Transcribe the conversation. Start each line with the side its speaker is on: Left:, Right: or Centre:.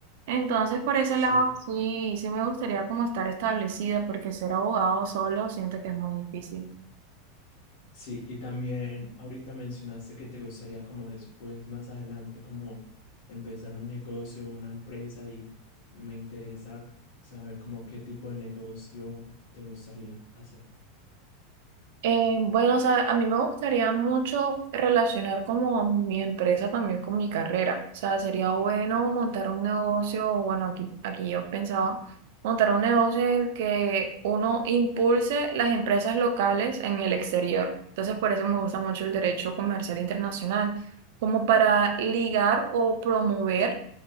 Right: Entonces, por ese
Left: Sí,
Right: lado, sí, sí me gustaría como estar establecida, porque ser abogado solo siento que es muy difícil.
Left: sí, y también ahorita mencionaste que te gustaría como después, más adelante, como empezar un negocio o una empresa y me interesa saber como qué tipo de negocio te gustaría hacer.
Right: Eh, bueno, o sea, a mí me gustaría mucho relacionar como a mi empresa también con mi carrera. O sea, sería bueno montar un negocio, o bueno, aquí, aquí yo pensaba montar un negocio en el que uno impulse las empresas locales en el exterior. Entonces, por eso me gusta mucho el derecho comercial internacional, como para ligar o promover